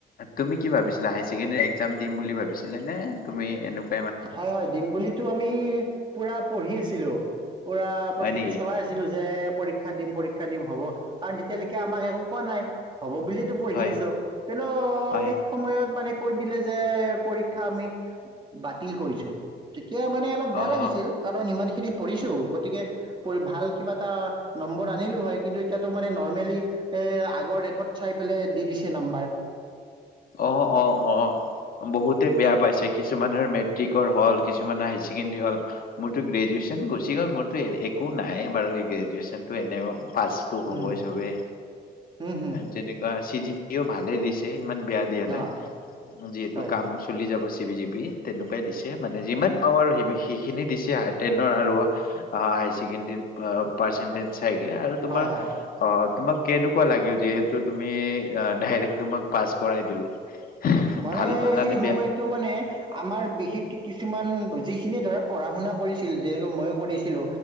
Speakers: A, on the left (about 55°); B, on the right (about 25°).
A: তুমি কি ভাবিছিলা হায়াৰ ছেকেণ্ডাৰী একজাম দিম বুলি ভাবিছিলা নে তুমি এনেকুৱা।
B: হয় হয় দিম বুলিতো আমি পুৰা পঢ়ি আছিলো। পুৰা প্ৰস্তুতি
A: হয় নেকি
B: চলাই আছিলো যে পৰীক্ষা দিম পৰীক। ক্ষা দিম হ'ব কাৰণ তেতিয়ালৈকে আমাক একো কোৱা নাই। হ'ব বুলি এতো পঢ়ি
A: হয়
B: আছো কিন্তু
A: হয়
B: শেষ সময়ত মানে। কৈ দিলে যে পৰীক্ষা আমি বাতিল কৰিছো। তেতিয়া মানে অলপ বেয়া
A: অ
B: লাগিছিল
A: অ
B: কাৰণ ইমানখিনি পঢ়িছোঁ গতিকে পঢ়ি ভাল কিবা এটা। নম্বৰ আনিলো হয় কিন্তু এতিয়াতো মানে নৰ্মেলি এ আগৰ ৰেকৰ্ড চাই পেলাই দি দিছে নম্বাৰ।
A: অ অ অ বহুতে বেয়া পাইছে কিছুমানৰ মেট্ৰিক। হ'ল কিছুমান হায়াৰ ছেকেণ্ডৰী হ'ল মোৰতো গ্ৰেজুৱেচন গুচি গ'ল মোৰতো একো নাই বাৰু। গ্ৰেজুৱেশ্যনটো এনেও। পাচটো হ'বই
B: উম
A: চবে
B: উম হুম
A: তেনেকুৱা চি জিত কেও ভালে দিছে। ইমান বেয়া দিয়া নাই
B: অ অ
A: যিহেতু
B: হয়
A: কাম চলি যাব। তেনেকুৱাই দিছে মানে যিমান পাওৱাৰ হেখিনি দিছে টেনৰ। হাইাৰ ছেকেণ্ডাৰী পাৰ্ছেন্দিছ চাই আৰু তোমাৰ।
B: হয় হয়
A: তোমাক কেনেকুৱা লাগিল যিহেতু তুমি ডাইৰেক্ট তোমাক পাছ কৰাই দিলে।
B: মানে
A: ভাল পালা
B: সেই
A: নে বেয়া
B: সময়তটো মানে আমাৰ বিশেষকে কিছু। কিছুমান যিখিনিয়ে ধৰা পঢ়া শুনা কৰিছিল যেনে মইও কৰিছিলো